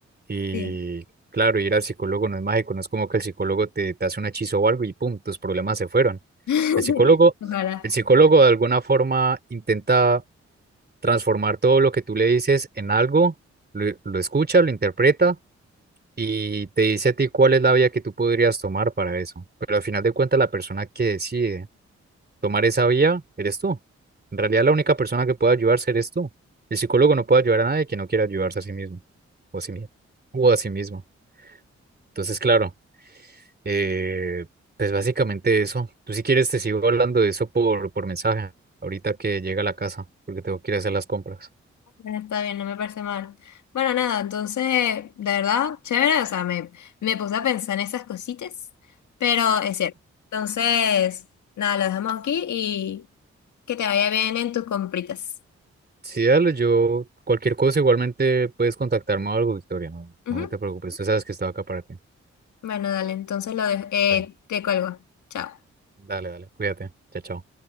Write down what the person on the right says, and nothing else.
Y
claro, ir al psicólogo no es mágico, no es como que el psicólogo te, te hace un hechizo o algo y pum, tus problemas se fueron.
El psicólogo,
el psicólogo de alguna forma intenta transformar todo lo que tú le dices en algo, lo, lo escucha, lo interpreta y te dice a ti cuál es la vía que tú podrías tomar para eso. Pero al final de cuentas, la persona que decide tomar esa vía eres tú. En realidad, la única persona que puede ayudarse eres tú. El psicólogo no puede ayudar a nadie que no quiera ayudarse a sí mismo o a sí mismo o a sí mismo. Entonces, claro Eh, pues básicamente eso. Tú si quieres te sigo hablando de eso por, por mensaje, ahorita que llega a la casa, porque tengo que ir a hacer las compras.
Sí, dale, yo cualquier cosa igualmente puedes contactarme o algo, Victoria, no,
no te preocupes, tú sabes que estoy acá para ti.
Dale,
dale, dale, cuídate, chao, chao.